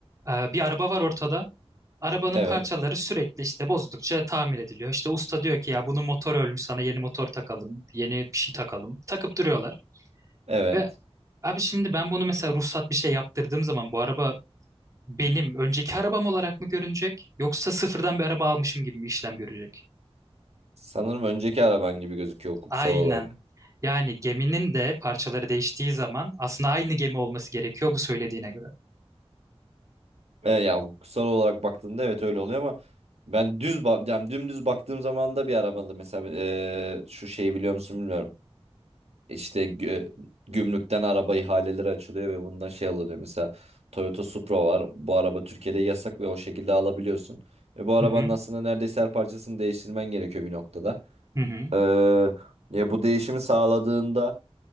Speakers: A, on the right (about 30°); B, on the right (about 80°).
A: Ee, bir araba var ortada. Arabanın
B: Evet.
A: parçaları sürekli işte bozdukça tamir ediliyor. İşte usta diyor ki ya bunun motoru ölmüş sana yeni motor takalım, yeni bir şey takalım. Takıp duruyorlar.
B: Evet.
A: Ve abi şimdi ben bunu mesela ruhsat bir şey yaptırdığım zaman bu araba benim önceki arabam olarak mı görünecek yoksa sıfırdan bir araba almışım gibi mi işlem görecek?
B: Sanırım önceki araban gibi gözüküyor hukuksal
A: Aynen.
B: olarak.
A: Yani geminin de parçaları değiştiği zaman aslında aynı gemi olması gerekiyor bu söylediğine göre.
B: E, ya hukuksal olarak baktığında evet öyle oluyor ama ben düz ba- yani dümdüz baktığım zaman da bir arabada mesela e, şu şeyi biliyor musun bilmiyorum. İşte gü- gümrükten araba ihaleleri açılıyor ve bundan şey alınıyor. Mesela Toyota Supra var. Bu araba Türkiye'de yasak ve o şekilde alabiliyorsun. Ve bu arabanın
A: Hı hı.
B: aslında neredeyse her parçasını değiştirmen gerekiyor bir noktada.
A: Hı hı.
B: Ee, ya bu değişimi sağladığında